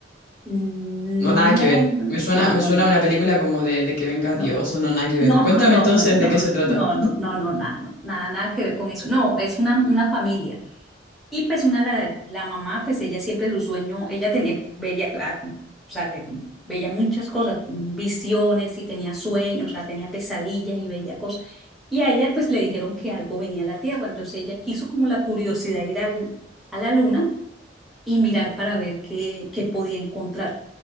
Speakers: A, in the centre; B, on the left (about 55°).
A: Mm,
B: No, nada
A: No,
B: que ver.
A: no,
B: Me suena,
A: no,
B: me
A: no,
B: suena a una película como de, de que venga
A: no.
B: Dios o no, nada que ver.
A: No,
B: Cuéntame
A: <laughs> no,
B: entonces
A: no, no,
B: de qué se trata.
A: no, no, no, no, nada, no, nada, nada que ver con eso. No, es una, una familia. Y pues una, la, la mamá, pues ella siempre su sueño, ella tenía, veía, ah, o sea, le- veía muchas cosas, visiones y tenía sueños, o sea, tenía pesadillas y veía cosas. Y a ella pues le dijeron que algo venía a la Tierra, entonces ella quiso como la curiosidad ir al, a la Luna y mirar para ver qué, qué podía encontrar.